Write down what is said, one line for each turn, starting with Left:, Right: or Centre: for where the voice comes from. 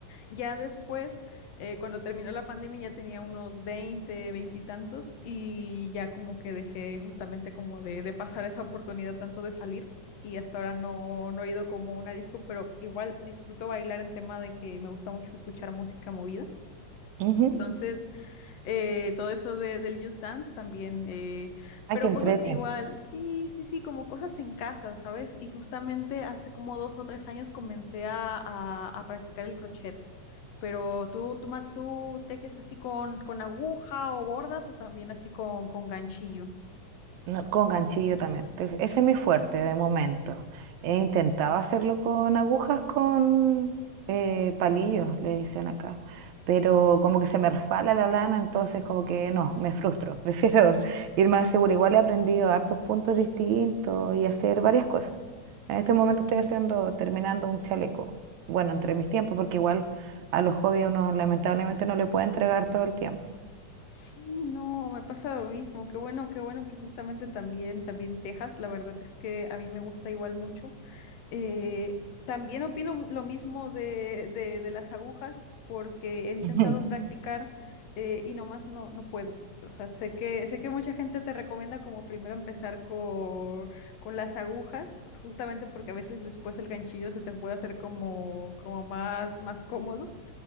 Left: ya después, eh, cuando terminó la pandemia, ya tenía unos 20 20 y tantos, y ya como que dejé justamente como de, de pasar esa oportunidad tanto de salir, y hasta ahora no, no he ido como a una disco, pero igual disfruto bailar en tema de que me gusta mucho escuchar música movida.
Right: Ujú.
Left: Entonces, eh, todo eso de, del Just Dance también, eh,
Right: Ah,
Left: pero
Right: qué entrete.
Left: cosas igual, sí, sí, sí, como cosas en casa, ¿sabes? Y justamente hace como dos o tres años comencé a, a a practicar el crochet. Pero tú, tú, man- tú tejes así con, con aguja o bordas o también así con, con ganchillo.
Right: No, con ganchillo también. Entonces, Ese es mi fuerte de momento. He intentado hacerlo con agujas, con eh, palillos, le dicen acá. Pero como que se me resbala la lana, entonces como que no, me frustro. <laughs> Prefiero ir más seguro. Igual he aprendido hartos puntos distintos y hacer varias cosas. En este momento estoy haciendo, terminando un chaleco. Bueno, entre mis tiempos, porque igual a los hobbies uno lamentablemente no le puede entregar todo el tiempo.
Left: Sí, no, me pasa lo mismo. Qué bueno, qué bueno que justamente también, también tejas. La verdad es que a mí me gusta igual mucho. Eh, también opino lo mismo de, de- de las agujas, porque he intentado
Right: <laughs>
Left: practicar eh, y nomás no, no puedo. O sea, sé que, sé que mucha gente te recomienda como primero empezar con, con las agujas, justamente porque a veces después el ganchillo se te puede hacer como, como más, más cómodo.